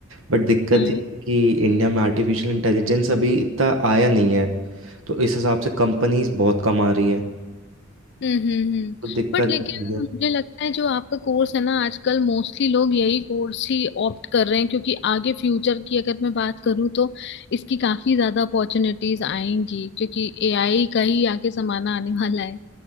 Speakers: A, on the right; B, on the left.
A: बट दिक्कत
B: हाँ
A: ये है कि इंडिया में आर्टिफिशियल इंटेलिजेंस अभी इतना आया नहीं है तो इस हिसाब से कंपनीज बहुत कम आ रही है
B: हम्म हम्म हम्म
A: तो दिक्कत
B: बट लेकिन
A: यही है
B: मुझे लगता है जो आपका कोर्स है ना आजकल मोस्टली लोग यही कोर्स ही ऑप्ट कर रहे हैं क्योंकि आगे फ्यूचर की अगर मैं बात करूँ तो इसकी काफी ज्यादा अपॉर्चुनिटीज आएंगी क्योंकि एआई का ही आगे जमाना आने वाला है